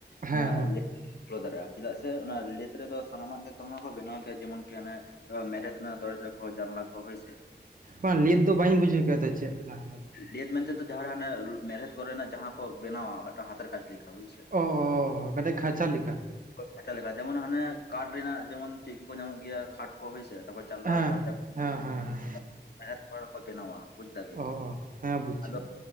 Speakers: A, on the right; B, on the left.
A: ᱦᱮᱸ ᱦᱮᱸ
B: ᱚᱱᱟ
A: ᱦᱮᱸ
B: ᱞᱮ ᱠᱷᱩᱞᱟᱹ ᱫᱟᱲᱮᱜᱼᱟ ᱪᱮᱫᱟᱜ ᱥᱮ ᱚᱱᱟ ᱞᱮᱫ ᱨᱮᱫᱚ ᱥᱟᱱᱟᱢᱟᱜ ᱜᱮ ᱫᱚᱢᱮ ᱠᱚ ᱵᱮᱱᱟᱣ ᱠᱮᱭᱟ ᱡᱮᱢᱚᱱ ᱠᱤ ᱦᱟᱱᱮ ᱚ ᱢᱮᱨᱮᱫ ᱨᱮᱱᱟᱜ ᱫᱚᱨᱡᱟ ᱠᱚ, ᱡᱟᱱᱞᱟ ᱠᱚ ᱦᱳᱭ ᱥᱮ ᱾
A: ᱵᱟᱝ ᱞᱮᱫ ᱫᱚ ᱵᱟᱧ ᱵᱩᱡᱷᱟᱹᱣ ᱠᱮᱜᱼᱟ ᱛᱚ, ᱪᱮᱜ ᱠᱟᱱᱟ ᱚᱱᱟ ᱫᱚ?
B: ᱞᱮᱫ ᱢᱮᱱᱛᱮ ᱫᱚ ᱡᱟᱦᱟᱸ ᱨᱮ ᱦᱟᱱᱮ ᱢᱮᱨᱦᱮᱫ ᱠᱚᱨᱮᱱᱟᱜ ᱡᱟᱦᱟᱸ ᱠᱚ ᱵᱮᱱᱟᱣᱟ ᱢᱮᱜᱴᱟᱝ ᱦᱟᱛᱮᱨ ᱠᱟᱡᱽ ᱞᱮᱠᱟ, ᱵᱩᱡᱽ ᱥᱮ?
A: ᱚ ᱢᱟᱱᱮ ᱠᱷᱟᱸᱪᱟ ᱞᱮᱠᱟ?
B: <unintelligible> ᱡᱮᱢᱚᱱ ᱦᱟᱱᱮ ᱠᱟᱴ ᱨᱮᱱᱟᱜ ᱡᱮᱢᱚᱱ ᱪᱟᱹᱭᱠᱤ ᱠᱚ ᱧᱟᱢᱚᱜ ᱜᱮᱭᱟ, ᱠᱷᱟᱴ ᱠᱚ ᱦᱳᱭᱥᱮ ᱛᱟᱨᱯᱚᱨ ᱡᱟᱱᱞᱟ
A: ᱦᱮᱸ
B: ᱫᱚᱨᱡᱟ
A: ᱦᱮᱸ ᱦᱮᱸ
B: <inaudible>
A: ᱦᱮᱸ
B: ᱢᱮᱬᱦᱮᱛ ᱠᱚᱨᱮ ᱠᱚ ᱵᱮᱱᱟᱣᱟ ᱾ ᱵᱩᱡᱽ ᱫᱟᱵᱤᱱ?
A: ᱚ ᱚ ᱦᱮᱸ ᱵᱩᱡᱽ
B: ᱟᱫᱚ
A: ᱠᱮᱫ